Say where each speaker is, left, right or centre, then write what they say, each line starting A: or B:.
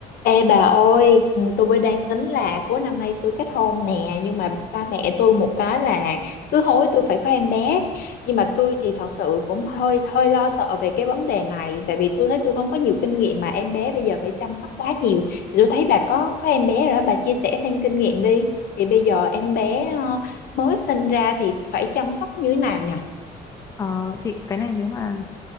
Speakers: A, on the left; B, on the left.
A: Ê bà ơi, ừ, tôi mới đang tính là cuối năm nay tôi kết hôn nè, nhưng mà ba mẹ tôi một cái là cứ hối tôi phải có em bé. Nhưng mà tôi thì thật sự cũng hơi hơi lo sợ về cái vấn đề này, tại vì tôi thấy tôi không có nhiều kinh nghiệm mà em bé bây giờ phải chăm sóc quá nhiều. Thì tôi thấy bà có có em bé rồi, đó, bà chia sẻ thêm kinh nghiệm đi. Thì bây giờ em bé ờ, mới sinh ra thì phải chăm sóc như thế nào nhỉ?
B: Ờ, thì cái này nếu mà